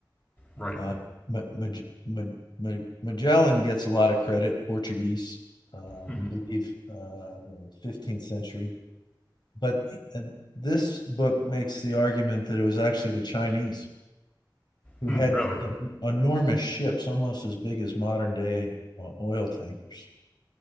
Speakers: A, on the left; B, on the left.
A: Right.
B: Uh, Ma- Maj- Ma- Ma- Magellan gets a lot of credit, Portuguese, uh,
A: hmm
B: I believe, uh, 15th century. But and this book makes the argument that it was actually the Chinese who
A: Hmm,
B: had
A: really?
B: enormous ships, almost as big as modern day uh, oil tankers,